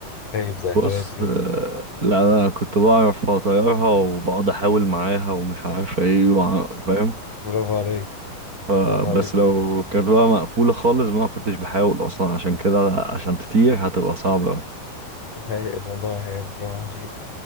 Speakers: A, on the left; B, on the right.
A: خايب زي
B: بص
A: حالاتي كده
B: آه، لا انا كنت بعرف اطيرها وبقعد احاول معاها ومش عارف ايه وع- فاهم
A: برافو عليك
B: فبس
A: برافو عليك
B: لو
A: والله
B: كانت بقى مقفولة خالص ما كنتش بحاول أصلا عشان كده عشان تطير هتبقى صعبة أوي
A: هايل والله هايل برافو عليك